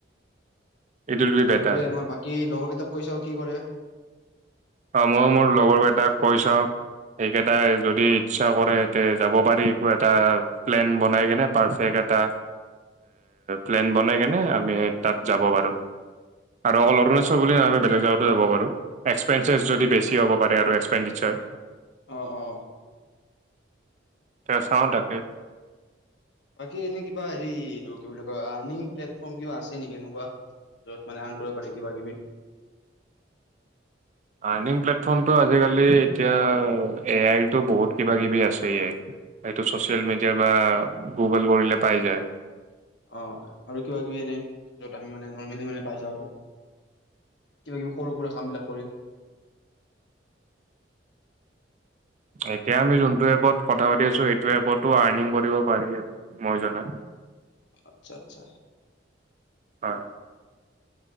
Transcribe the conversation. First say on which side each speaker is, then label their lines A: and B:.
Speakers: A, on the right (about 40°); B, on the left (about 70°).
A: ইট উইল বি বেটাৰ
B: সেইটোৱে‌ আমাৰ বাকী লগৰ কেইটাক কৈছো আৰু কি কৰে।
A: অ ময়ো মোৰ লগৰকেইটাক কৈছা সেইকেইটাই যদি ইচ্ছা কৰে তে যাব পাৰি এটা প্লেন বনাই কেনে পাৰফেক্ট এটা প্লেন বনাই কেনে আমি সেই তাত যাব পাৰো।
B: উম
A: আৰু অকল অৰুণাচল বুলি আমি বেলেগ জেগাত। <unintelligible> এক্সপেঞ্চেছ যদি বেছি হ'ব পাৰে আৰু এক্সপেণ্ডিচাৰ।
B: অ অ।
A: তো চাওঁ তাকে।
B: বাকী এনে কিবা হেৰি এইটো কি বুলি কয় আৰ্নিং প্লেটফৰ্ম কিবা আছে নেকি এনেকুৱা যত মানে আন কৰিব পাৰি কিবা কিবি।
A: আৰ্নিং প্লেটফৰ্মটো আজিকালি এতিয়া এ আইতো বহুত কিবা কিবি আছে ইয় এইটো ছচিয়েল মিডিয়া বা গুগল কৰিলে পাই যায়।
B: অ আৰু কিবা কিবি এনে য'ত আমি মানে পাইজাওগে আৰু কিবা কিবি সৰু সুৰা কাম বিলাক কৰি।
A: এতিয়া আমি যোনটো এপত কথা পাতি আছোঁ সেইটো এপতো আৰ্নিং কৰিব পাৰি মই জনাত।
B: আচ্ছা আচ্ছা।
A: হয়।